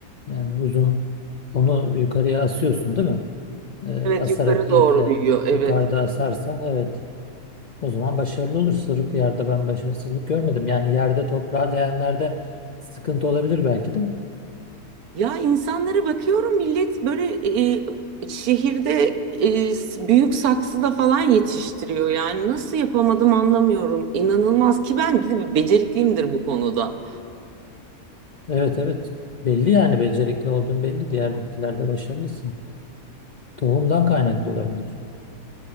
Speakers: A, on the left (about 55°); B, on the right (about 85°).
A: Yani uzun onu yukarıya asıyorsun değil mi? e, asarak
B: Evet yukarı
A: bir
B: doğru
A: iple
B: büyüyor evet.
A: yukarıda asarsan evet o zaman başarılı olur. Sırık yerde ben başarısızlık görmedim. Yani yerde toprağa değenlerde sıkıntı olabilir belki de.
B: Ya insanlara bakıyorum millet böyle e, e, şehirde e, s- büyük saksıda falan yetiştiriyor. Yani nasıl yapamadım anlamıyorum. İnanılmaz ki ben bir de becerikliyimdir bu konuda.
A: Evet evet belli yani becerikli olduğun belli. Diğer bitkilerde başarılısın. Tohumdan kaynaklı olabilir.